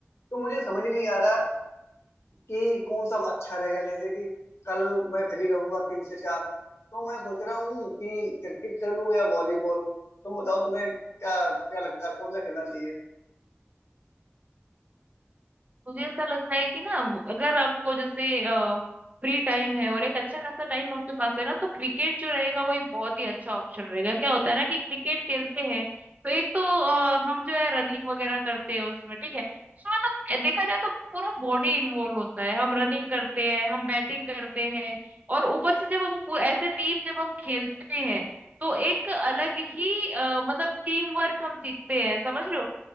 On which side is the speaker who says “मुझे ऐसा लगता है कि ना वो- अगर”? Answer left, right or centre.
Right